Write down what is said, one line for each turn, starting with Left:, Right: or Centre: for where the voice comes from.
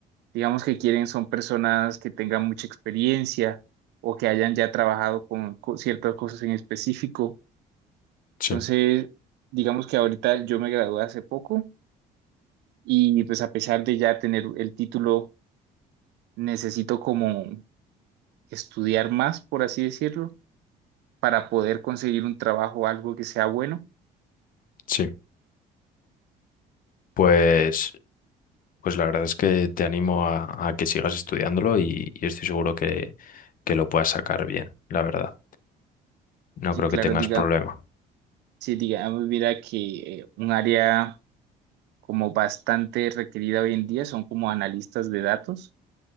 Right: digamos que quieren son personas que tengan mucha experiencia o que hayan ya trabajado con, co- ciertas cosas en específico.
Left: Sí,
Right: Entonces, digamos que ahorita yo me gradué hace poco y pues a pesar de ya tener el título, necesito como estudiar más, por así decirlo, para poder conseguir un trabajo o algo que sea bueno.
Left: sí. Pues, pues la verdad es que te animo a, a que sigas estudiándolo y, y estoy seguro que, que lo puedas sacar bien, la verdad. No
Right: Sí,
Left: creo
Right: claro,
Left: que tengas
Right: diga,
Left: problema.
Right: sí, digamos, mira que eh, un área como bastante requerida hoy en día son como analistas de datos,